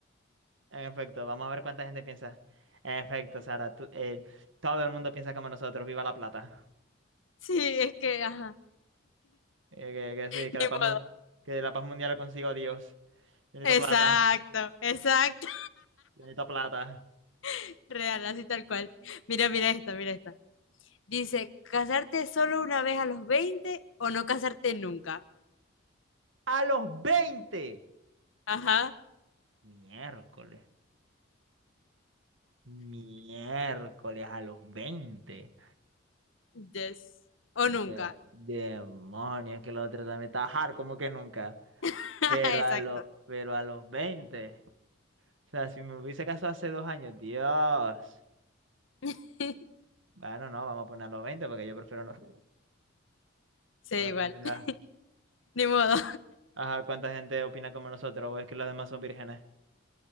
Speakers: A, on the right; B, on the left.
A: En efecto, vamos a ver cuánta gente piensa. En efecto, Sara, tú- eh, todo el mundo piensa como nosotros. Viva la plata.
B: <laughs> sí, es que, ajá,
A: Eh, que, que sí, que
B: ni
A: la paz,
B: modo.
A: mun- que la paz mundial la consigo Dios. Yo necesito
B: Exacto,
A: plata,
B: exacto,
A: yo necesito plata.
B: <laughs> real, así tal cual. Mira, mira esta, mira esta. Dice, ¿casarte solo una vez a los 20 o no casarte nunca?
A: ¡A los 20
B: Ajá,
A: Miércoles. Miércoles a los 20
B: yes. O
A: De-
B: nunca.
A: demonios, que la otra también está hard como que nunca.
B: <laughs>
A: Pero
B: Exacto.
A: a, lo, pero a los 20 O sea, si me hubiese casado hace dos años, Dios.
B: <laughs>
A: Bueno, no, vamos a poner a los 20 porque yo prefiero no. Qué
B: Sí,
A: barbaridad.
B: igual. <laughs> Ni modo.
A: Ajá, ¿cuánta gente opina como nosotros? ¿O es que los demás son vírgenes?